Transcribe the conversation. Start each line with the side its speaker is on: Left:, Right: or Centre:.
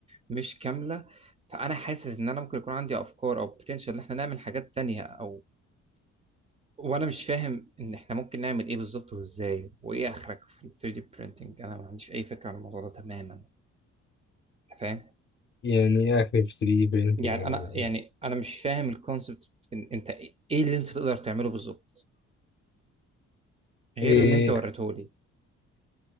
Right: مش كامله فانا حاسس ان انا ممكن يكون عندي افكار او بوتنشال ان احنا نعمل حاجات تانية او وانا مش فاهم ان احنا ممكن نعمل ايه بالظبط وازاي وايه اخرك في ال 3D printing انا ما عنديش اي فكره عن الموضوع ده تماما أنت فاهم
Left: يعني اكل في 3 printing
Right: يعني
Left: يعني.
Right: انا يعني انا مش فاهم الكونسبت إن انت ايه إيه اللي انت تقدر تعمله بالظبط غير
Left: إيه
Right: اللي انت وريته لي